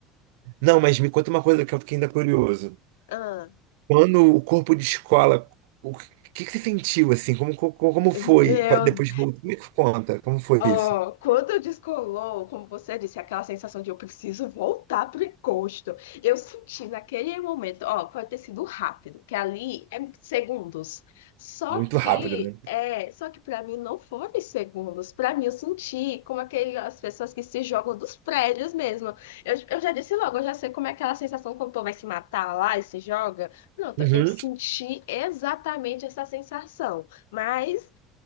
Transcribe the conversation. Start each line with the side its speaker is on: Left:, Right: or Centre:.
Right: Não, mas me conta uma coisa que eu fiquei ainda curioso.
Left: Ah,
Right: Quando o corpo de escola, o que, que que você sentiu, assim? Como, como, como foi?
Left: meu
Right: Pa- Depois, de voltar, me conta, como foi
Left: Ó,
Right: isso?
Left: quando descolou, como você disse, aquela sensação de eu preciso voltar pro encosto, eu senti naquele momento, ó, pode ter sido rápido, que ali é segundos. Só
Right: Muito
Left: que,
Right: rápido, né?
Left: é, só que para mim não foram segundos. Para mim eu senti como aquelas pessoas que se jogam dos prédios mesmo. Eu, eu já disse logo, eu já sei como é aquela sensação quando o povo vai se matar lá e se joga. Pronto,
Right: Uhum.
Left: eu senti exatamente essa sensação. Mas